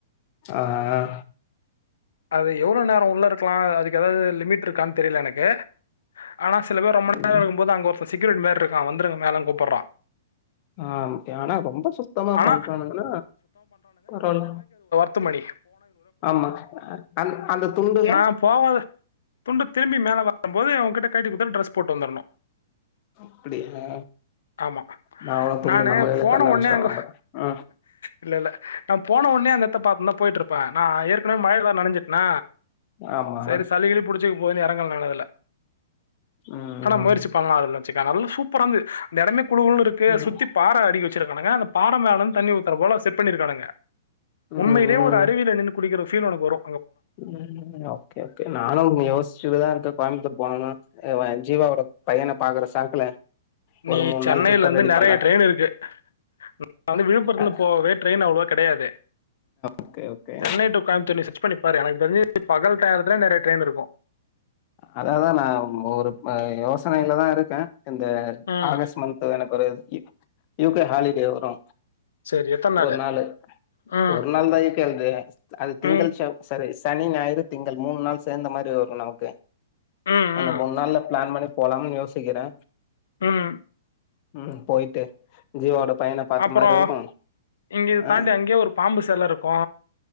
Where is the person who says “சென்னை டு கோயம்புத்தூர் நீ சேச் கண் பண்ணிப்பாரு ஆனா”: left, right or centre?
Left